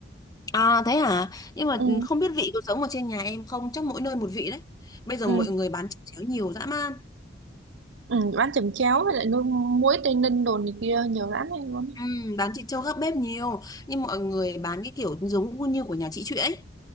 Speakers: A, on the left; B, on the right.
A: À thế hả? Nhưng mà
B: ừ,
A: không biết vị có giống ở trên nhà em không? Chắc mỗi nơi một vị đấy. Bây giờ
B: ừ,
A: mọi người bán chẩm chéo nhiều dã man.
B: ừ, bán chồng chéo với lại nuôi muối Tây Ninh đồ này kia nhiều lắm em luôn
A: Ừ, bán thịt trâu gác bếp nhiều. Nhưng mọi người bán cái kiểu giống như của nhà chị Chuyện ấy.